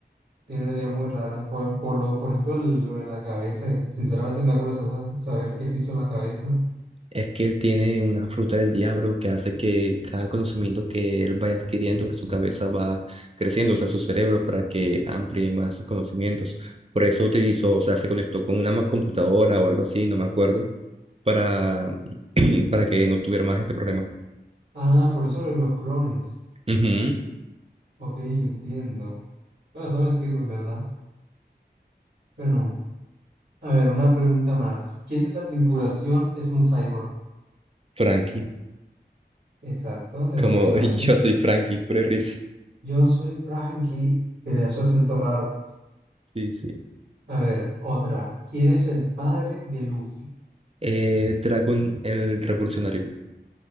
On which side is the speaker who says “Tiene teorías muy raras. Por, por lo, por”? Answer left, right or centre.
Right